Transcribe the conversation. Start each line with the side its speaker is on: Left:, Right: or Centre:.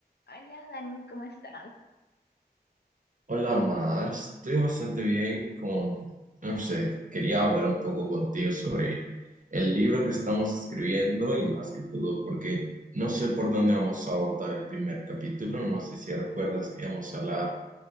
Left: Hola Dani, ¿cómo estás?
Right: Hola Mar, estoy bastante bien con, no sé, quería hablar un poco contigo sobre el libro que estamos escribiendo y más que todo porque no sé por dónde vamos a abordar el primer capítulo, no sé si recuerdas que íbamos a hablar